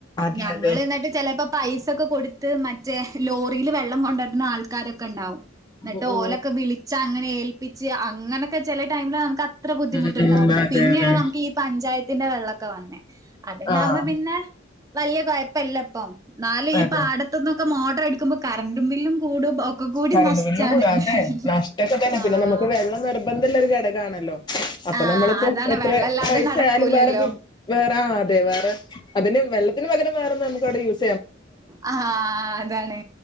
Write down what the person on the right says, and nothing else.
ഞങ്ങൾ
എന്നിട്ട് ചിലപ്പോ പൈസൊക്കെ കൊടുത്ത് മറ്റേ ലോറിൽ വെള്ളം കൊണ്ടുവരുന്ന ആൾക്കാരൊക്കെ ണ്ടാവും എന്നിട്ട്
ഓലൊക്കെ വിളിച്ച അങ്ങനെ ഏൽപ്പിച്ച് അങ്ങനൊക്കെ ചെലെ ടൈമില് ന അത്ര ബുദ്ധിമുട്ടുണ്ടാവും
പിന്നെയാണ്
നമുക്ക് ഈ പഞ്ചായത്തിന്റെ വെള്ളക്കെ വന്നേ അത്ണ്ടകുമ്പോ
പിന്നെ വലിയ കുഴപ്പല്ലപ്പം നാലും ഈ
പാടത്തന്നും മോട്ടർ എടുക്കുമ്പോ കറും ബില്ലും കൂടും ഒക്കെ കൂടി
നഷ്ടാണ്
ആഹ്
ആഹ്
അതാണ്
വെള്ളല്ലാതെ
നടക്കൂലല്ലോ
ആ അതാണ്